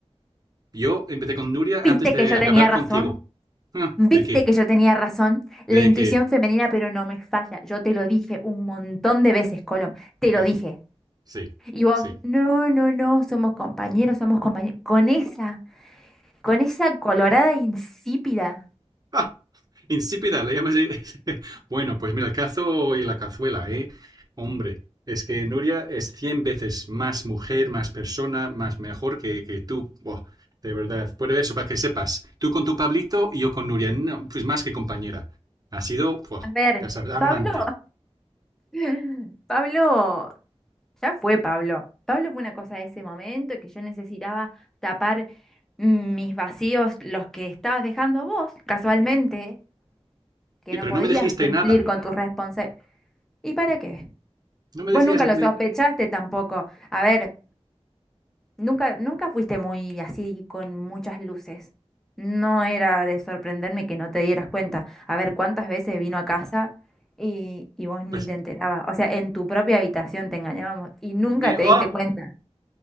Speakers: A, on the right (about 35°); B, in the centre.
A: Yo empecé con Nuria
B: ¿Viste
A: antes de
B: que yo
A: acabar
B: tenía razón?
A: contigo. Ah,
B: ¿Viste
A: ¿De qué?
B: que yo tenía razón? La
A: ¿De
B: intuición
A: qué?
B: femenina, pero no me falla. Yo te lo dije un montón de veces, Colom. Te lo
A: Ah,
B: dije.
A: sí,
B: Y vos,
A: sí.
B: no, no, no, somos compañeros, somos compañeros. Con esa, con esa colorada insípida.
A: Ah, Insípida, la llamas. de- <laughs> Bueno, pues mira, el cazo y la cazuela, ¿eh? Hombre, es que Nuria es cien veces más mujer, más persona, más mejor que, que tú. Buah, de verdad. Por eso, para que sepas, tú con tu Pablito y yo con Nuria, no, pues más que compañera. Ha sido, buah,
B: A ver,
A: ya sabes, amante.
B: Pablo, <laughs> Pablo, ya fue Pablo. Pablo fue una cosa de ese momento que yo necesitaba tapar mm, mis vacíos, los que estabas dejando vos, casualmente, que
A: Sí,
B: no
A: pero
B: podías
A: no me dijiste
B: cumplir
A: nada.
B: con tus responsabilidades. ¿Y para qué?
A: No me
B: Vos
A: decías,
B: nunca
A: na-
B: lo sospechaste
A: me-
B: tampoco. A ver. Nunca, nunca fuiste muy así con muchas luces. No era de sorprenderme que no te dieras cuenta. A ver, ¿cuántas veces vino a casa y, y vos ni
A: pues,
B: te enterabas? O sea, en tu propia habitación te engañábamos y nunca
A: me,
B: te
A: oh,
B: diste cuenta.